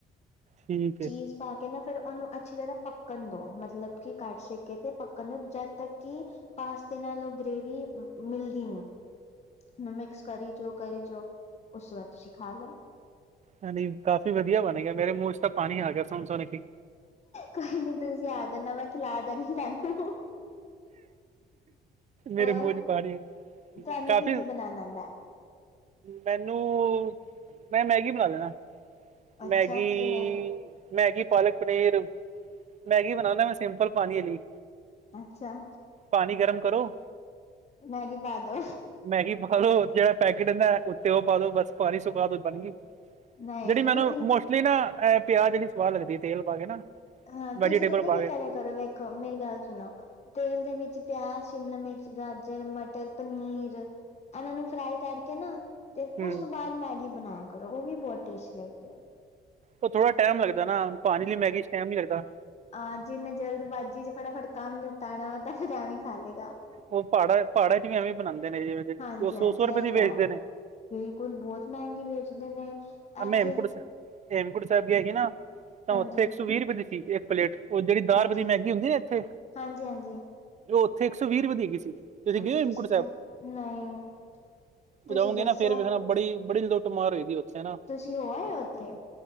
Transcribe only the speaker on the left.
ਚੀਸ
ਪਾ ਕੇ ਨਾ ਫੇਰ ਓਨੂੰ ਅੱਛੀ ਤਰ੍ਹਾਂ ਪੱਕਣ ਦੋ, ਮਤਲਬ ਕੀ ਘੱਟ ਸੇਕੇ ਤੇ ਪੱਕਣ ਨੂੰ ਜਦ ਤੱਕ ਕਿ ਪਾਸਤੇ ਨਾਲ ਓ ਗ੍ਰਰੇਵੀ ਮਿਲਦੀ ਨੀ। ਮਿਕਸ ਕਰੀ ਜੋ-ਕਰੀ ਜੋ ਉਸ ਤੋਂ ਬਾਦ ਤੁਸੀਂ ਖਾ ਲੋ।
ਕੋਈ ਨੀ ਤੁਸੀਂ ਆ ਜਾਂਣਾ, ਮੈਂ ਖਿਲਾ ਦਾਂਗੀ ਤੁਹਾਨੂੰ।
ਹੋਰ,
ਤੁਹਾਨੂੰ
ਕੀ-ਕੀ ਬਣਾਣ ਆਦੈ?
ਅੱਛਾ
ਕਿਵੇਂ
ਅੱਛਾ
ਮੈਗੀ ਪਾ ਦੋ
ਨਹੀਂ
ਤੁਸੀਂ
ਹਾਂ,
ਤੁਸੀਂ ਪਤਾ ਕੀ
ਕਰਿਆ ਕਰੋ ਵੇਖੋ ਮੇਰੀ ਗੱਲ ਸੁਣੋ ਤੇਲ ਦੇ ਵਿੱਚ ਪਿਆਜ, ਸ਼ਿਮਲਾ ਮਿਰਚ, ਗਾਜਰ, ਮਟਰ, ਪਨੀਰ। ਐਨਾਂ ਨੂੰ ਫਰਾਈ ਕਰਕੇ ਨਾ ਤੇ
ਉਸ ਤੋਂ ਬਾਦ ਮੈਗੀ ਬਣਾਇਆ ਕਰੋ ਓ ਵੀ ਬਹੁਤ ਟੇਸਟੀ ਲੱਗਦੀ ਆ
ਹਾਂ ਜਿਨੇ ਜਲਦ ਬਾਜੀ ਚ ਫਟਾਫਟ ਕੰਮ ਨਿਪਟਾਨਾ ਹੋ ਤਾਂ ਫਿਰ ਐਂਵੇਂ ਹੀ ਖਾ ਲੇਗਾ।
ਹਾਂਜੀ-ਹਾਂਜੀ
ਇਹ
ਤਾਂ
ਬਿਲਕੁਲ ਬੌਤ ਮੈਂਗੀ ਵੇਚਦੇ ਨੇ। ਇੱਥੇ
ਹਾਂਜੀ-ਹਾਂਜੀ
ਅੱਛਾ
ਹਾਂਜੀ-ਹਾਂਜੀ।
ਅੱਛਾ
ਤੁਸੀ ਖਾਏ, ਨਹੀਂ ਤੁਸੀਂ
ਦੱਸੋ
ਤੁਸੀਂ ਹੋ ਆ ਹੋ ਉੱਥੇ?